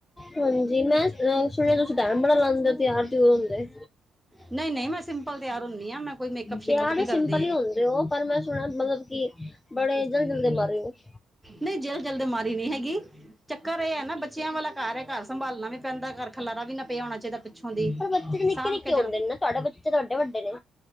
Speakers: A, on the left (about 20°); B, in the centre.
A: ਹਾਂਜੀ ਮੈਂ ਅ ਸੁਣਿਆ ਤੁਸੀਂ ਟੈਮ ਬੜਾ ਲਾਂਦੇ ਓ ਤਿਆਰ ਤਿਉਰ ਹੁੰਦੇ।
B: ਨਹੀਂ ਨਹੀਂ ਮੈਂ ਸਿੰਪਲ ਤਿਆਰ ਹੁੰਨੀ ਆ ਮੈਂ ਕੋਈ ਮੇਕਅਪ ਸ਼ੇਕਅਪ
A: ਤਿਆਰ
B: ਨਹੀਂ
A: ਤਾਂ
B: ਕਰਦੀ
A: ਸਿੰਪਲ
B: ਹੈਗੀ
A: ਈ ਹੁੰਦੇ ਓ। ਪਰ ਮੈਂ ਸੁਣਿਆ ਮਤਲਬ ਕਿ ਬੜੇ ਜਲ-ਜਲ ਦੇ ਮਾਰੇ ਓ। <inaudible>
B: ਨਹੀਂ ਜਲ ਜਲ ਦੇ ਮਾਰੀ ਨਹੀਂ ਹੈਗੀ ਚੱਕਰ ਇਹ ਹੈ ਨਾ ਬੱਚਿਆਂ ਵਾਲਾ ਘਰ ਹੈ ਘਰ ਸੰਭਾਲਣਾ ਵੀ ਪੈਂਦਾ ਘਰ ਖਲਾਰਾ ਵੀ ਨਾ ਪਿਆ ਹੋਣਾ ਚਾਹੀਦਾ ਪਿੱਛੋਂ ਦੀ
A: ਪਰ ਬੱਚੇ ਤਾਂ ਨਿੱਕੇ-ਨਿੱਕੇ
B: ਸਾਂਭ ਕੇ ਜਨ
A: ਹੁੰਦੇ ਨੇ ਨਾ ਤੁਹਾਡੇ ਬੱਚੇ ਤਾਂ ਐਡੇ ਵੱਡੇ ਨੇ।